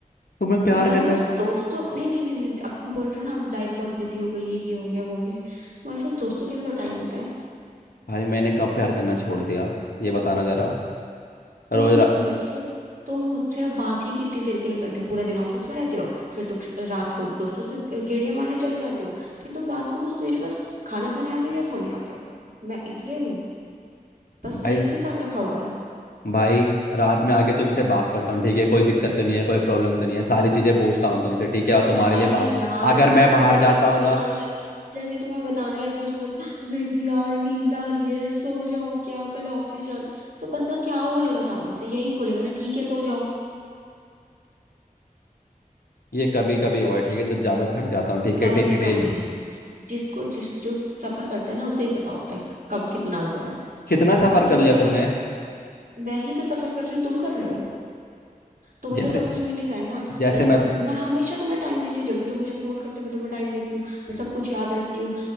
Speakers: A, on the left (about 80°); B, on the right (about 65°).
A: तुम्हें प्यार
B: तुम्हारे
A: करना
B: पास दोस्तों नहीं नहीं नहीं नहीं अब तुम बोल रहे हो ना अब लाइफ बहुत बिजी हो गई है ये हो गया वो हो गया तुम्हारे पास दोस्तों के लिए तो टाइम होता है
A: भाई मैंने कब प्यार करना छोड़ दिया ये बताना जरा रोज
B: तुम
A: रा
B: मुझसे तुम मुझसे अब बात ही कितनी देर के लिए करते हो पूरा दिन ऑफिस में रहते हो फिर तुम रात को दोस्तों से गेड़िया मारने चले जाते हो फिर तुम रात को बस मेरे पास खाना खाने आते हो या सोने आते हो मैं इसलिए हूँ बस
A: भाई
B: मुझे इसलिए साथ रखा हुआ है
A: भाई रात में आके तुमसे बात करता हूँ ठीक है कोई दिक्कत तो नहीं है कोई प्रॉब्लम तो नहीं है सारी चीजें पूछता हूँ तुमसे ठीक है और तुम्हारे
B: अरे
A: लिए बाहर
B: यार
A: अगर मैं बाहर
B: जैसे
A: जाता
B: तुम्हें
A: हूँ
B: बताने
A: ना
B: लग जाऊं जैसे तुम्हें बताने लग जाऊं तो बोलते बेबी यार नींद आ रही है सो जाऊं क्या कल ऑफिस जाना तो बंदा क्या बोलेगा सामने से यही बोलेगा ना ठीक है सो जाओ
A: ये कभी कभी हुआ है ठीक है जब ज्यादा थक जाता हूँ ठीक
B: कभी
A: है डेली डेली
B: कभी जिसको जिस जो सफर करता है ना उसे ही पता होता है कब कितना हुआ है
A: कितना सफर
B: तुम्हें
A: कर लिया
B: क्या
A: तुमने
B: पता मैं ही तो सफर कर रही हूँ तुम कर रहे हो तुम्हें
A: जैसे
B: तो सब कुछ मिल ही रहा है ना
A: जैसे
B: मैं
A: मैं तो,
B: मैं हमेशा तुम्हें टाइम देती हूँ जब भी तुम मुझे फोन करते हो मैं तुम्हें टाइम देती हूँ मैं सब कुछ याद रखती हूँ